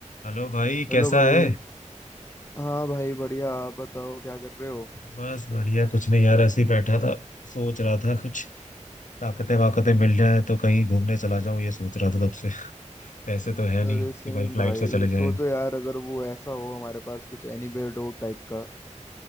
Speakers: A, on the left; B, on the left.
A: Hello भाई
B: Hello
A: कैसा
B: भाई
A: है
B: हाँ भाई बढ़िया आप बताओ क्या कर रहे हो
A: बस बढ़िया कुछ नहीं यार ऐसे ही बैठा था सोच रहा था कुछ ताकतें वाकतें मिल जाए तो कहीं घूमने चला जाऊं ये सोच रहा था तब से <laughs> पैसे तो है नहीं
B: अरे सेम
A: कि भाई फ्लाइट
B: भाई
A: से चले जाएं
B: सोचो यार अगर वो ऐसा हो हमारे पास कुछ एनीवेयर डोर टाइप का